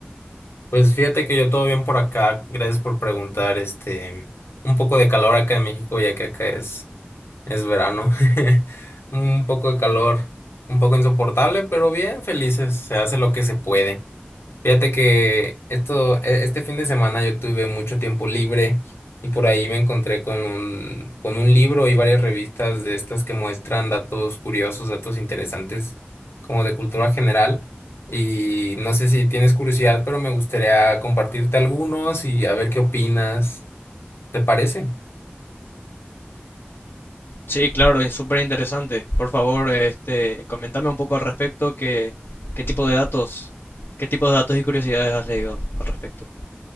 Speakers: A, on the left; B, on the left.
A: Pues fíjate que yo todo bien por acá. Gracias por preguntar. Este, un poco de calor acá en México, ya que acá es, es verano. <laughs> Un poco de calor, un poco insoportable, pero bien, felices. Se hace lo que se puede. Fíjate que esto, e- este fin de semana yo tuve mucho tiempo libre y por ahí me encontré con un, con un libro y varias revistas de estas que muestran datos curiosos, datos interesantes, como de cultura general. Y no sé si tienes curiosidad, pero me gustaría compartirte algunos y a ver qué opinas. ¿Te parece?
B: Sí, claro, es súper interesante. Por favor, este, coméntame un poco al respecto, qué, qué tipo de datos, qué tipo de datos y curiosidades has leído al respecto.